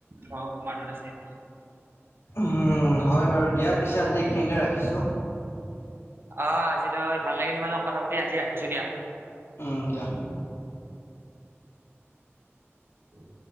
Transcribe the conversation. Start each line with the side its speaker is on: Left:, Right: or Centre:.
Right: হ মলে চাৰ
Left: উম হয় বাৰু দিয়া পিছে আজি এইখিনিতে ৰাখিছোঁ।
Right: অ আজিলৈ ভাল লাগিলো মান কথা পাতি আজি ৰাখিছো দিয়া।
Left: উম দিয়া।
Right: উম,